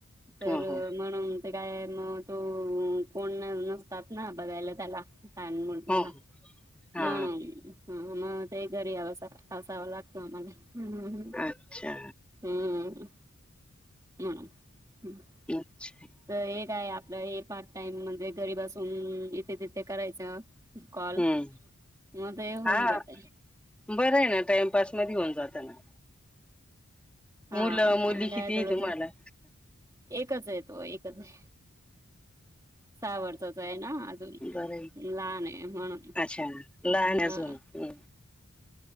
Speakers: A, on the right (about 15°); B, in the centre.
A: तर
B: हो हो
A: म्हणून ते काय म तो कोण न नसतात ना बघायला त्याला. लहान मुलगाला
B: हो हो हा
A: म्हणून हा म ते घरी यावस असावं लाग तो आम्हाने हम्म
B: अच्छा
A: हम्म. म्हणून हम्म.
B: अच्छा
A: तर हे काय आपलं हे पार्ट टाइम म्हणजे घरी बसून इथे तिथे करायचं कॉल
B: हम्म
A: म ते होऊन
B: हा
A: जाते.
B: बरं आहे ना टाइमपास मध्ये होऊन जातं ना.
A: हा
B: मुलं मुली
A: आणि काय
B: किती
A: थोडंच
B: आहे तुम्हाला?
A: एकच आहे तो एकच आहे. सहा वर्षाचा आहे ना अजून
B: बरं आहे
A: लहान आहे म्हणून
B: अच्छा लहान आहे
A: हा.
B: अजून मग